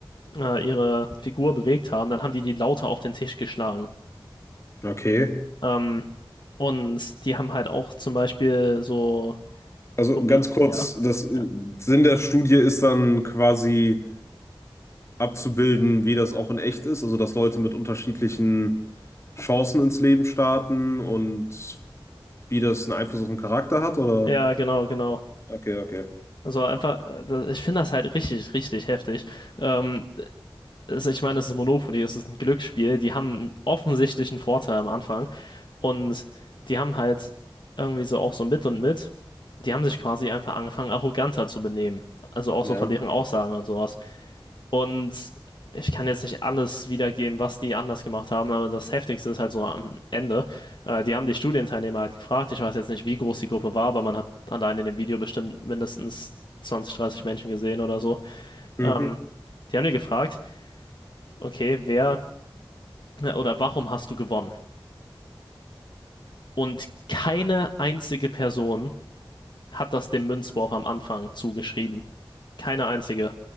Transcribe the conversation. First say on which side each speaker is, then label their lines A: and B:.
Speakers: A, on the left; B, on the left.
A: äh, ihre Figur bewegt haben, dann haben die die lauter auf den Tisch geschlagen.
B: Okay.
A: Ähm, Und die haben halt auch zum Beispiel so
B: Also
A: Domin
B: ganz kurz,
A: ja.
B: das äh,
A: Ja,
B: Sinn der Studie ist dann quasi abzubilden, wie das auch in echt ist, also dass Leute mit unterschiedlichen Chancen ins Leben starten und wie das einen Einfluss auf den Charakter hat, oder?
A: Ja, genau, genau.
B: Okay, okay.
A: Also einfach, äh, da- ich finde das halt richtig, richtig heftig. Ähm, es- ich meine, es ist Monopoly, es ist ein Glücksspiel. Die haben einen offensichtlichen Vorteil am Anfang. Und die haben halt irgendwie so auch so mit und mit. Die haben sich quasi einfach angefangen, arroganter zu benehmen. Also auch
B: Ja.
A: so von deren Aussagen und sowas. Und ich kann jetzt nicht alles wiedergeben, was die anders gemacht haben, aber das Heftigste ist halt so am Ende. Äh, die haben die Studienteilnehmer halt gefragt. Ich weiß jetzt nicht, wie groß die Gruppe war, aber man hat allein in dem Video bestimmt mindestens 20, 30 Menschen gesehen oder so.
B: Mhm.
A: Ähm, die haben die gefragt, okay, wer äh, oder warum hast du gewonnen? Und keine einzige Person hat das dem Münzwurf am Anfang zugeschrieben. Keine einzige.